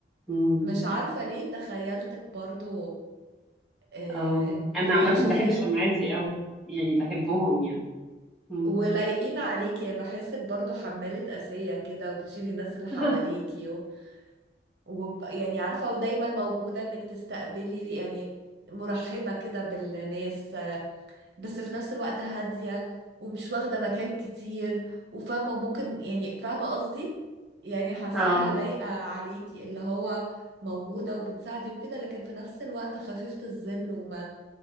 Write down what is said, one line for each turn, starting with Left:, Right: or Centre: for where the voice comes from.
Centre: أمم،
Right: مش عارفة ليه تخيلتك برضو إيه
Centre: اه أنا
Right: لو
Centre: عامة
Right: شخصية
Centre: بحب الشماعات دي أوي يعني بحبهم يعني أمم،
Right: ولايقين عليكي يعني بحسك برضو حمالة قاسية كده وبتشيلي الناس اللي حواليكي
Centre: <laughs>
Right: و... وب... يعني عارفة ودايما موجودة انك تستقبلي يعني مرحبة كده بالناس آه، بس في نفس الوقت هادية ومش واخدة مكان كتير وفاهمة وممكن يعني فاهمة قصدي يعني حاساها
Centre: اه
Right: لايقة عليكي اللي هو موجودة وبتساعدي وكده لكن في نفس الوقت خفيفة الظل وما